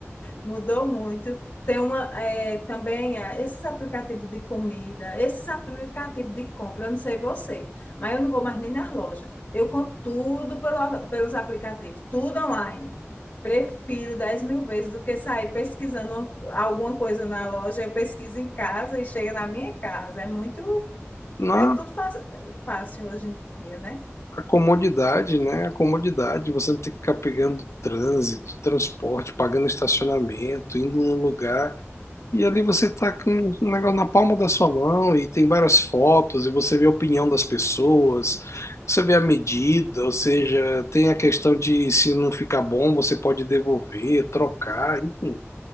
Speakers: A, on the left; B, on the left.
A: Mudou muito. Tem uma, é, também é, esses aplicativos de comida, esses aplicativos de compra, eu não sei você, mas eu não vou mais nem nas lojas. Eu compro tudo pelo- pelos aplicativos, tudo online. Prefiro dez mil vezes do que sair pesquisando alguma coisa na loja. Eu pesquiso em casa e chega na minha casa. É muito,
B: Não,
A: é tudo fa- fácil hoje em dia, né?
B: A comodidade, né? A comodidade, você não tem que ficar pegando trânsito, transporte, pagando estacionamento, indo num lugar. E ali você tá com um negócio na palma da sua mão e tem várias fotos, e você vê a opinião das pessoas, você vê a medida, ou seja, tem a questão de se não ficar bom, você pode devolver, trocar, enfim.